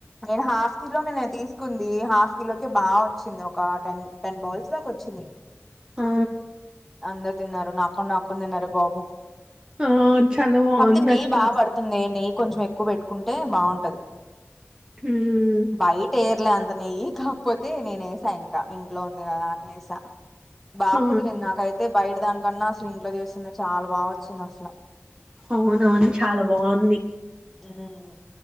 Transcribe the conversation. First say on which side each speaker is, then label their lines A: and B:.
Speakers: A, in the centre; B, on the right.
A: నేను హాఫ్ కిలోనే నే తీసుకుంది హాఫ్ కిలోకి బాగొచ్చింది ఒక్ కటన్ టెన్ బాల్స్ దాకా వచ్చింది.
B: ఆ
A: అంత తిన్నారు నాక్ కుండా నాక్కొని తిన్నారే బాబు,
B: ఆ చాలా బాగుంది
A: కాక్పోతే నెయ్యి
B: అక్క
A: బాగా పడుతుంది నెయ్యి కొంచెం ఎక్ క్కువ పెట్టుకుంటే బాగుంటది
B: మ్మ్.
A: బయటే యట్లే అంత నెయ్యి కాకపోతే నేను ఏసా ఇంకా ఇంట్లో ఉంది కదా అని ఏసా. బాకుదిరింది
B: ఆ,
A: నాక్ బయటి దాని కన్నా అసలు ఇంట్లో చేసిందె చాలా బాగొచ్చింది అసలా
B: అవునవును చాలా బాగుంది
A: మ్మ్